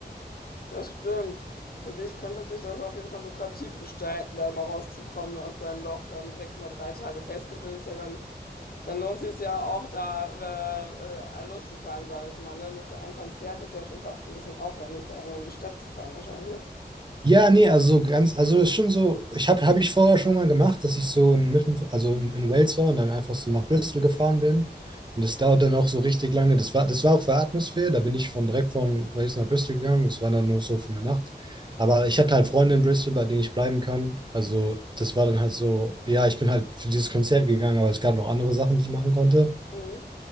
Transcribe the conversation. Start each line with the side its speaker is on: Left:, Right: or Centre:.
Left: Ja, das stimmt. Für dich könnte sich das auf jeden Fall lukrativ gestalten, da mal rauszukommen aus deinem Loch, dann direkt mal drei Tage Festival ist ja dann. Dann lohnt sich ja auch, da äh, äh, loszufahren, sage ich mal. Ne? Nur für ein Konzert ist ja schon fast ein bisschen aufwendig, da irgendwo in die Stadt zu fahren, wahrscheinlich. Ne?
Right: Ja, nee, also so ganz, also ist schon so, ich habe hab hab ich vorher schon mal gemacht, dass ich so in, mitten- also in, in Wales war und dann einfach so nach Bristol gefahren bin. Und das dauert dann auch so richtig lange. Das war, das war auch für Atmosphäre. Da bin ich von direkt von Wales nach Bristol gegangen. Das war dann nur so für eine Nacht. Aber ich hatte halt Freunde in Bristol, bei denen ich bleiben kann. Also das war dann halt so, ja, ich bin halt für dieses Konzert gegangen, aber es gab noch andere Sachen, die ich machen konnte.
Left: Mhm.